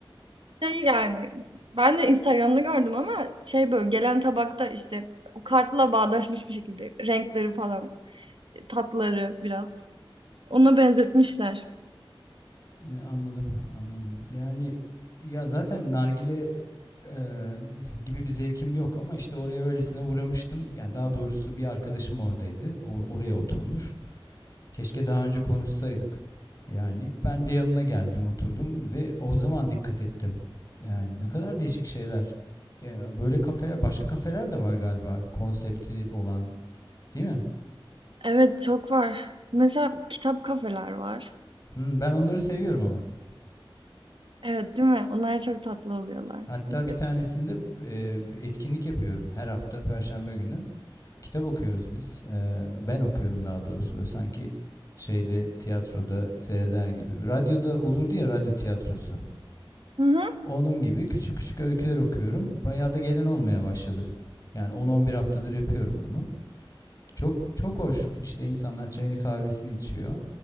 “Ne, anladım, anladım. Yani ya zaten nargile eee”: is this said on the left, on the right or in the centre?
Left